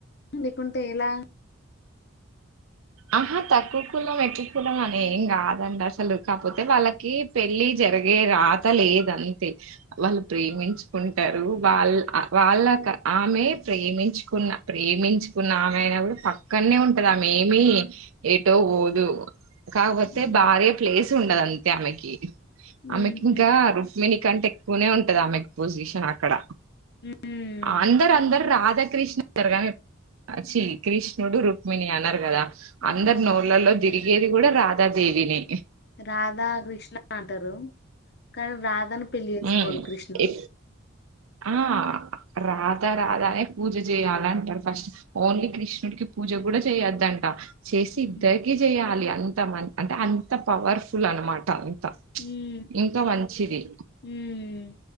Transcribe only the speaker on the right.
ఆహా తక్కువ కులం ఎక్కువ కులం ఏం కాదండి అసలు కాకపోతే వాళ్ళకి పెళ్ళి జరిగే రాత లేద అంతే వాళ్ళు ప్రేమించుకుంటారు వాళ్ళ వాళ్ళ ఆమె ప్రేమించుకున్న ప్రేమించుకున్న ఆమె అయిన కూడా పక్కనే ఉంటది ఆమె మీ ఎటుపోదు కాపోతే
భార్య ప్లేస్ తుండదండి ఆమెకి
ఆమెకి ఇంకా రుక్మిణి కంటే ఎక్కువనే ఉంటది ఆమెక్ పొజిషన్ అక్కడ
అందరు అందరు రాధాకృష్ణ గారుగని అచ్చీ కృష్ణుడు రుక్మిణీ అనర్ కదా
అందరు నోళ్లలో తిరిగేది కూడా రాధాదేవినే
ఉమ్
ఇ ఆ రాదా రాదానే పూజ చేయాలంట ఫస్ట్ ఓన్లీ కృష్ణుడికి పూజ కూడా చేయొద్దంట చేసి
ఇద్దరికి చేయాలి అంత మ అంటే అంత పవర్ఫుల్ అనమట త
ఇంకా మంచిది